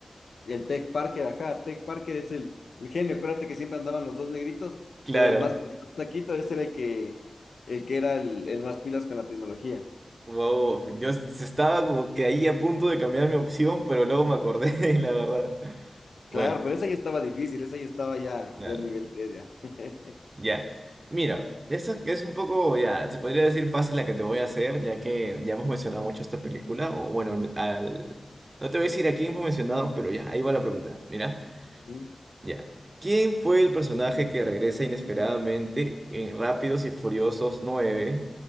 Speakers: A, on the left; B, on the right.
A: Y el Tech Parker, ajá, Tech Parker es el, el genio. Acuérdate que siempre andaban los dos negritos,
B: Claro.
A: pero el más, el más flaquito ese era el que, el que era el, el más pilas con la tecnología.
B: Wow, yo s- estaba como que ahí a punto de cambiar mi opción, pero luego me acordé, <laughs> la verdad. Bueno.
A: Claro, pero esa ya estaba difícil, esa ya estaba ya,
B: Claro.
A: ya nivel 3 ya. <laughs>
B: Ya. Mira, esta es un poco, ya, se podría decir fácil la que te voy a hacer, ya que ya hemos mencionado mucho esta película, o bueno, al... no te voy a decir a quién hemos mencionado, pero ya, ahí va la pregunta. Mira,
A: Ujú.
B: ya. ¿Quién fue el personaje que regresa inesperadamente en Rápidos y Furiosos nueve